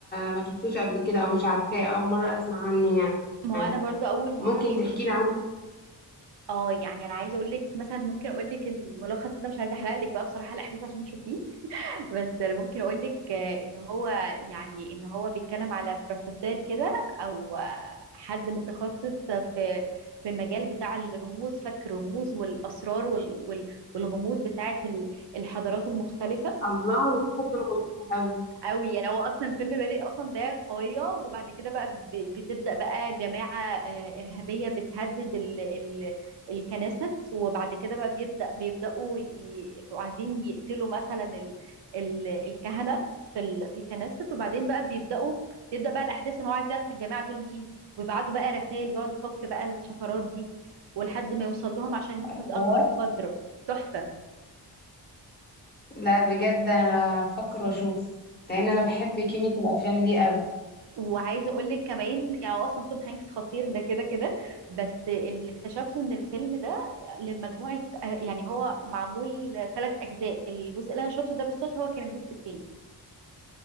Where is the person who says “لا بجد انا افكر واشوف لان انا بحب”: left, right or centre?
Left